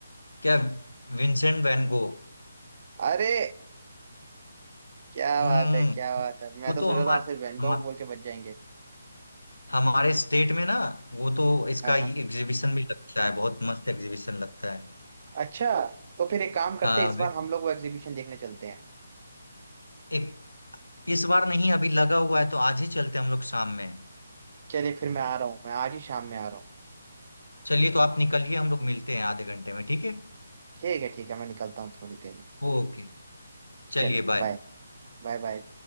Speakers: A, on the left; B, on the right.
A: क्या Vincent van Gogh
B: अरे क्या
A: हम्म,
B: बात है क्या बात है मैं
A: वो
B: तो
A: तो
B: सोच
A: हमारे
B: रहा था आपसे वैन
A: हमा,
B: गॉग बोल के बच जाएंगे
A: हमारे स्टेट में ना वो तो इसका
B: हाँ,
A: एग्जीबिशन
B: हाँ।
A: भी लगता है बहुत मस्त एग्जीबिशन लगता है
B: अच्छा तो फिर एक काम करते
A: हाँ
B: हैं इस बार
A: वे-
B: हम लोग वो एग्जीबिशन देखने चलते हैं
A: एक इस बार नहीं अभी लगा हुआ है तो आज ही चलते हैं हम लोग शाम में
B: चलिए फिर मैं आ रहा हूँ मैं आज ही शाम में आ रहा हूँ
A: चलिए तो आप निकलिए हम लोग मिलते हैं आधे घंटे में ठीक है
B: ठीक है ठीक है मैं निकलता हूँ थोड़ी देर में
A: ओके चलिए
B: चलिए
A: बाय
B: बाय बाय बाय